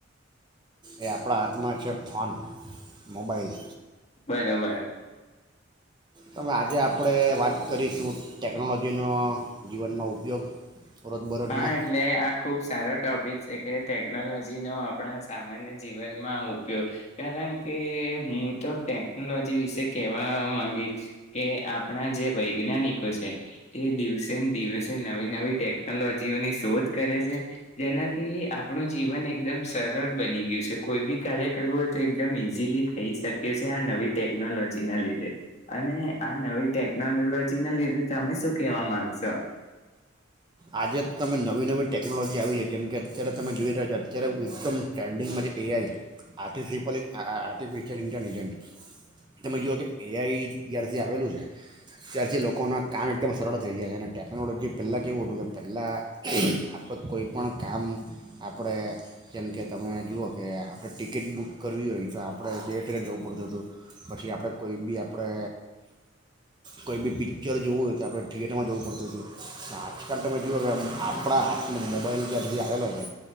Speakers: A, on the right; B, on the left.
A: એ આપણા હાથમાં છે ફોન મોબાઈલ.
B: બને બાઈ.
A: હવે, આજે આપણે વાત કરીશું. ટેકનોલોજીનો જીવનમાં ઉપયોગ. રોજબરોજના
B: હા, એટલે આ ખુબ સારો ટોપિક કે ટેકનોલોજી નો આપણા સામાન્ય જીવનમાં ઉપયોગ કારણ કે હું તો ટેકનોલોજી વિશે કેહેવા માંગીશ કે આપણા જે વૈજ્ઞાનિકો છે એ દિવસે ને દિવસે નવી નવી ટેક ટેકનોલોજીઓની શોધ કરે છે જેનાથી આપણું જીવન એકદમ સરળ બની ગયું છે કોઈ બી કાર્ય કરવું હોય તો એકદમ ઈઝીલી થઈ શકે છે આ નવી ટેકનોલોજીના લીધે અને આ નવી ટેકનોલોજીના લીધે તમે શું કહેવા માંગશો?
A: આજે તમે નવી નવી ટેકનોલોજી આવી છે જેમ કે, અત્યારે તમે જોઈ રહ્યા છો અત્યારે એકદમ ટ્રેન્ડિંગમાં જે એઆઈ આર્ટિફલ આર્ટિફિશિયલ ઇન્ટેલિજન્ટ તમે જુઓ કે એઆઈ જ્યારથી આવેલું છે ત્યારથી લોકોના કામ એકદમ સરળ થઈ જાય છે અને ટેકનોલોજી પહેલાં કેવું હતું કે પહેલાં આપણે કોઈપણ કામ આપણે જેમકે તમે જુઓ કે આપણે ટિકિટ બુક કરવી હોય તો આપણે થિયેટરે જવું પડતું હતું પછી આપણે કોઈ બી આપણે કોઈ બી પિક્ચર જોવું હોય તો આપણે થિયેટરમાં જવું પડતું હતું આ કારણ તમે જુઓ કે આપણા હાથમાં મોબાઈલ જ્યારથી આવેલો છે